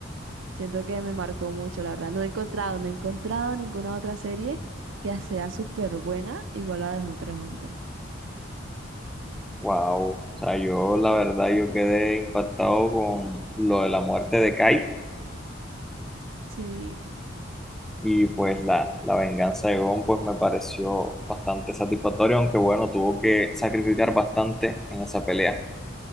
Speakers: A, on the right; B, in the centre.
A: siento que me marcó mucho, la verdad. No he encontrado, no he encontrado ninguna otra serie que sea súper buena igual a la de Hunter x Hunter.
B: Wow, o sea, yo la verdad yo quedé impactado con lo de la muerte de Kite
A: Sí.
B: y pues la, la venganza de Gon pues me pareció bastante satisfactorio, aunque bueno, tuvo que sacrificar bastante en esa pelea.